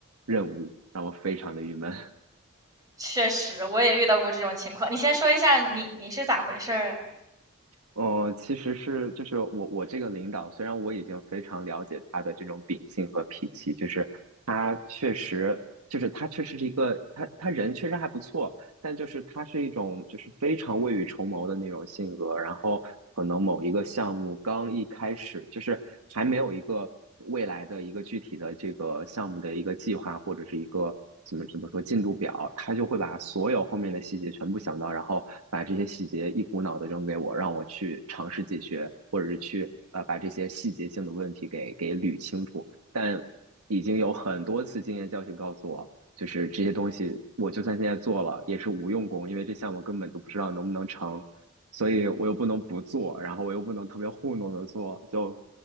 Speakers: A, on the right; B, on the right.
A: 任务，让我非常的郁闷。
B: 确实，我也遇到过这种情况。你先说一下你你是咋回事儿啊？
A: 呃，其实是就是我我这个领导，虽然我已经非常了解他的这种秉性和脾气，就是他确实就是他确实是一个他他人确实还不错，但就是他是一种就是非常未雨绸缪的那种性格，然后可能某一个项目刚一开始，就是还没有一个未来的一个具体的这个项目的一个计划或者是一个怎么怎么说进度表，他就会把所有后面的细节全部想到，然后把这些细节一股脑的扔给我，让我去尝试解决，或者是去呃把这些细节性的问题给给捋清楚，但。已经有很多次经验教训告诉我，就是这些东西，我就算现在做了，也是无用功，因为这项目根本就不知道能不能成，所以我又不能不做，然后我又不能特别糊弄的做，就，